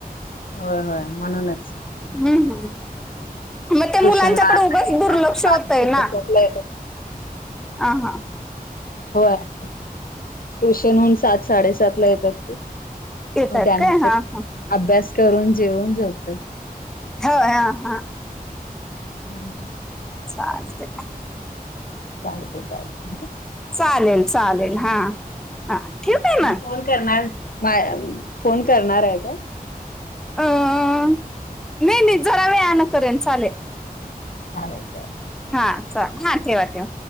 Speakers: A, on the left; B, in the centre.
A: होय होय म्हणूनच
B: हम् हम् म ते
A: ट्युशनला
B: मुलांच्याकडं
A: आता
B: उगच दुर्लक्ष
A: आता सात
B: होतंय
A: साडेसात
B: ना
A: ला येतात.
B: हां हां
A: होय ट्युशनहुन सात साडेसात ला येतात ते
B: येत
A: मग
B: आहेत
A: त्यानंतर
B: काय हा हा
A: अभ्यास करून जेवून झोपतात.
B: होय हा हा
A: हम
B: चालतंय.
A: चालतंय चालतंय हं
B: चालेल चालेल हा, हा ठीवू काय
A: आणि
B: म?
A: फोन करणार बाळ अ फोन करणार हाय काय?
B: अं नाही नाही जरा वेळान करेन चालेल
A: अरेच्या!
B: हा च हा ठेवा ठेव